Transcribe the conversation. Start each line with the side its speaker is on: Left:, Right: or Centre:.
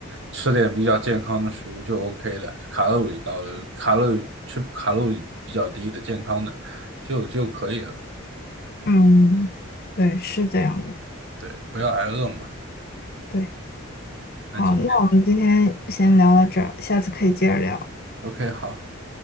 Right: 吃点比较健康的食物就 OK 了，卡路里高的，卡路里吃卡路里比较低的健康的就就可以了，
Left: 嗯，对，是这样的。
Right: 对，不要挨饿嘛。
Left: 对，
Right: 那今天
Left: 好，那我们今天先聊到这儿，下次可以接着聊。
Right: OK 好，